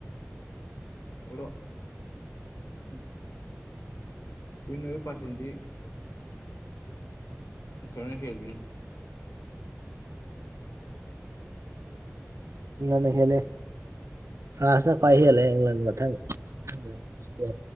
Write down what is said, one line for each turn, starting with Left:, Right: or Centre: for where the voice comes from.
Left: ꯍꯜꯂꯣ ꯑꯝ ꯋꯤꯟ ꯑꯣꯏꯕꯩ ꯄꯔꯁꯦꯟꯗꯤ ꯖꯨꯔꯜꯒꯈꯦꯅꯤ
Right: ꯅ ꯍꯦꯜꯂꯦ ꯐ꯭ꯔꯥꯟꯁꯅ ꯈ꯭ꯋꯥꯏ ꯍꯦꯜꯂꯦ ꯏꯪꯪꯂ ꯃꯊꯪ ꯁꯄ